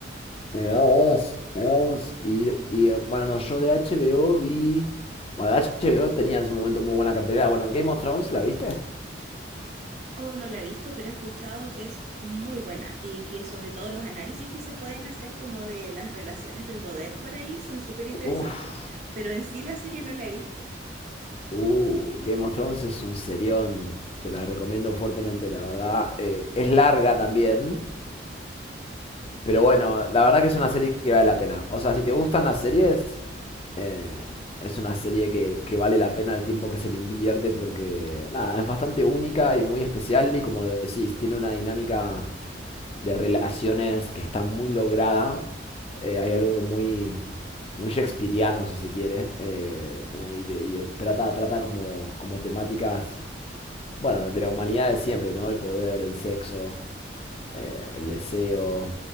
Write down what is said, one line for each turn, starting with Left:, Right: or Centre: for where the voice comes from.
Left: Mirá vos, mirá vos. Y, y, eh, bueno, no, yo de HBO vi. Bueno, HBO tenía en su momento muy buena cartelera. Bueno, Game of Thrones, ¿la viste?
Right: o no la he visto, pero he escuchado que es muy buena y que sobre todo los análisis que se pueden hacer como de las relaciones de poder por ahí son súper interesantes.
Left: Uf,
Right: Pero en sí la serie no la he visto.
Left: uh, Game of Thrones es un serión. Te la recomiendo fuertemente, la verdad. Eh, es larga también. Pero bueno, la verdad que es una serie que vale la pena. O sea, si te gustan las series, eh, es una serie que, que vale la pena el tiempo que se le invierte porque, nada, es bastante única y muy especial y como decís, tiene una dinámica de relaciones que está muy lograda. Eh, hay algo muy, muy shakespeariano, si se quiere, eh, como y, de- y de- trata, trata como, como temáticas bueno, de la humanidad de siempre, ¿no? El poder, el sexo, eh, el deseo,